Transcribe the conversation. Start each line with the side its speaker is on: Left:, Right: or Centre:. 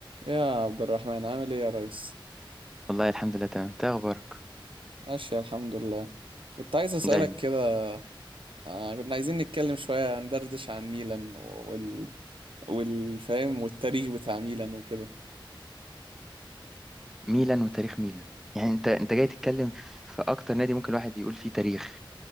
Right: يا عبد الرحمن عامل ايه يا ريس
Centre: والله الحمد لله تمام انت إيه اخبارك
Right: ماشي الحمد لله كنت عايز اسالك
Centre: دايما
Right: كده آه، كنا عايزين نتكلم شويه ندردش عن ميلان وال والفهم والتاريخ بتاع ميلان وكده
Centre: ميلان وتاريخ ميلان يعني انت انت جاي تتكلم في اكتر نادي ممكن الواحد يقول فيه تاريخ